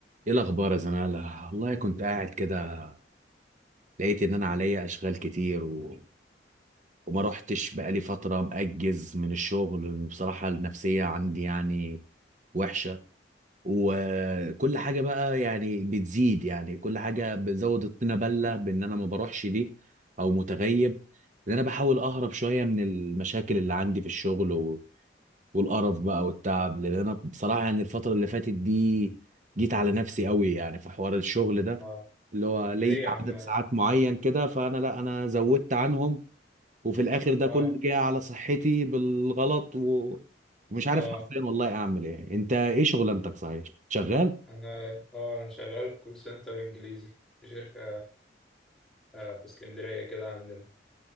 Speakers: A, on the right (about 45°); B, in the centre.
A: ايه الاخبار يا زماله والله كنت قاعد كده لقيت ان انا عليا اشغال كتير و... وما رحتش بقالي فتره مأجز من الشغل بصراحه النفسيه عندي يعني وحشه وكل حاجه بقى يعني بتزيد يعني كل حاجه بتزود الطينه بله بان انا ما بروحش دي او متغيب ان انا بحاول اهرب شويه من المشاكل اللي عندي في الشغل والقرف بقى والتعب لان انا بصراحه يعني الفتره اللي فاتت دي جيت على نفسي قوي يعني في حوار الشغل ده
B: اه
A: اللي هو لي
B: ليه يا
A: عدد
B: عم
A: ساعات معين كده فانا لا انا زودت عنهم وفي الاخر ده
B: اه
A: كله جاي على صحتي بالغلط و... ومش عارف
B: اه
A: حرفيا والله اعمل ايه انت ايه شغلانتك صحيح شغال
B: انا اه انا شغال كول سنتر انجليزي في شركه آه، في اسكندريه كده عندنا